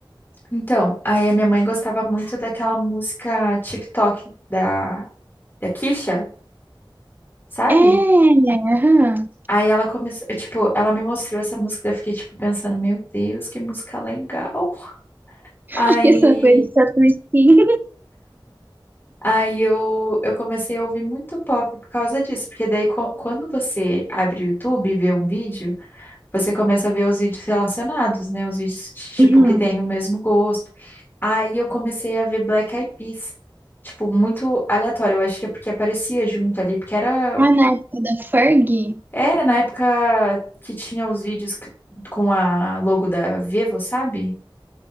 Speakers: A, on the left; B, on the right.
A: Então, aí a minha mãe gostava muito daquela música TikTok da, da Kisha, sabe?
B: É, aham.
A: Aí ela começou, eu, tipo, ela me mostrou essa música, daí eu fiquei, tipo, pensando, meu Deus, que música legal. <laughs>
B: <laughs>
A: Aí,
B: Essa coisa só por skin.
A: aí eu, eu comecei a ouvir muito pop por causa disso, porque daí co- quando você abre o YouTube e vê um vídeo, você começa a ver os vídeos relacionados, né? Os vídeos, tipo,
B: Uhum.
A: que têm o mesmo gosto. Aí eu comecei a ver Black Eyed Peas. Tipo, muito aleatório. Eu acho que é porque aparecia junto ali, porque era,
B: Ah, na época da Ferg.
A: era na época que tinha os vídeos c- com a logo da Vivo, sabe?